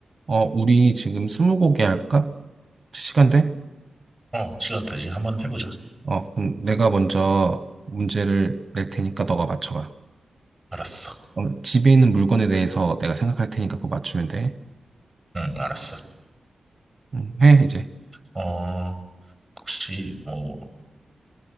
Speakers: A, on the right; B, in the centre.
A: 어, 우리 지금 스무고개 할까? 시간 돼?
B: 어, 시간 되지. 한번 해보자.
A: 어, 그럼 내가 먼저 문제를 낼 테니까 너가 맞춰봐.
B: 알았어.
A: 어, 집에 있는 물건에 대해서 내가 생각할 테니까 그거 맞추면 돼.
B: 응, 알았어.
A: 음, 해, 이제.
B: 어, 혹시, 뭐,